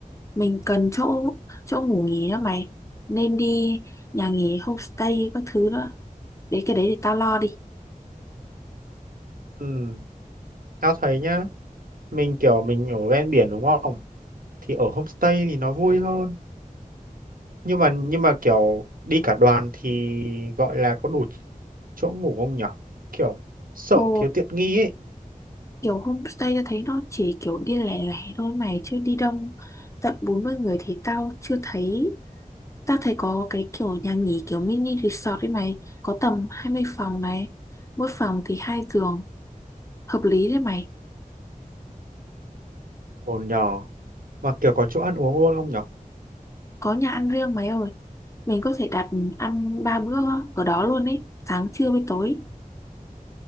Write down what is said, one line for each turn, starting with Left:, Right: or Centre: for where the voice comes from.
Left: mình cần chỗ chỗ ngủ nghỉ nữa mày. Nên đi nhà nghỉ homestay các thứ nữa. Để cái đấy thì tao lo đi.
Right: Ừm. Tao thấy nhá, mình kiểu mình ở ven biển đúng không? Thì ở homestay thì nó vui hơn. nhưng mà nhưng mà kiểu đi cả đoàn thì gọi là có đủ chỗ ngủ không nhở kiểu sợ
Left: Ồ.
Right: thiếu tiện nghi ấy
Left: kiểu homestay tao thấy nó chỉ kiểu đi lẻ lẻ thôi mày chứ đi đông tận 40 người thì tao chưa thấy tao thấy có cái kiểu nhà nghỉ kiểu mini resort đấy mày có tầm 20 phòng này mỗi phòng thì hai giường hợp lý đấy mày
Right: ổn nhờ mà kiểu có chỗ ăn uống luôn không nhở
Left: có nhà ăn riêng mày ơi mình có thể đặt ăn ba bữa ở đó luôn ấy sáng trưa với tối